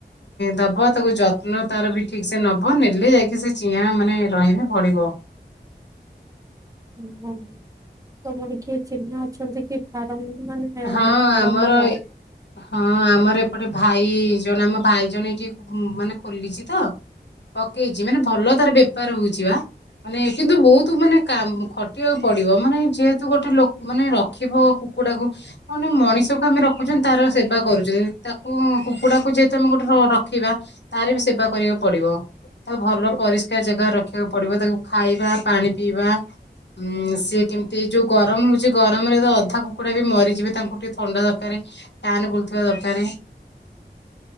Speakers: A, on the left; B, on the right.
A: ଦବ ତାକୁ ଯତ୍ନ ତାର ବି ଠିକ ସେ ନବ ନେଲେ ଯାଇକି ସେ ଚିଆ ମାନେ ରହିବେ ବଢ଼ିବ।
B: ଓ ହୋ ତମର କିଏ ଚିହ୍ନା ଅଛନ୍ତି କି ଫାର୍ମ ମାନେ
A: ହଁ
B: ଫାର୍ମ
A: ଆମର
B: ବାଲା?
A: ହଁ ଆମର ଏପଟେ। ଭାଇ ଜଣେ ଆମ ଭାଇ ଜଣେ ଏଠିେ ମାନେ ଖୋଲିଛି ତ ପକେଇଛି ମାନେ ଭଲ ତାର ବେପାର ହଉଛି ବା ମାନେ କିନ୍ତୁ ବହୁତ ମାନେ କ ଖଟିବାକୁ ପଡିବ ମାନେ ଯେହେତୁ ଗୋଟେ ଲୋକ ମାନେ ରଖିବ କୁକୁଡାକୁ। କଣ ମଣିଷକୁ ଆମେ ରଖୁଛନ୍ତି ତାର ସେବା କରୁଛନ୍ତି ତାକୁ କୁକୁଡାକୁ ଯେହେତୁ ଆମେ ଗୋଟେ ରଖିବା ତାର ବି ସେବା କରିବାକୁ ପଡିବ ତାକୁ ଭଲ ପରିଷ୍କାର ଜାଗା ରଖିବାକୁ ପଡିବ ତାକୁ ଖାଇବା ପାଣି ପିଇବା ଉଁ ସି କେମିତି ଯୋଉ ଗରମ ହଉଛି ଗରମରେ ତ ଅଧା କୁକୁଡା ବି। ମରିଯିବେ ତାଙ୍କୁ ଟିକେ ଥଣ୍ଡା ଦରକାର ଫ୍ୟାନ ବୁଲଥିବା ଦରକାର।